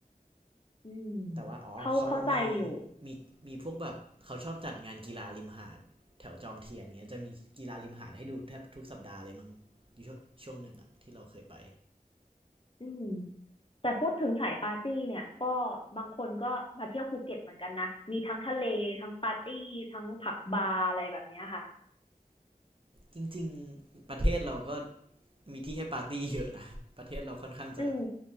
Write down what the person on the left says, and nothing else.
อืม
เขาเข้าใจอยู่
อืมแต่พูดถึงสายปาร์ตี้เนี่ยก็บางคนก็มาเที่ยวภูเก็ตเหมือนกันนะมีทั้งทะเลทั้งปาร์ตี้ทั้งผับบาร์อะไรแบบเนี้ยค่ะ
อืม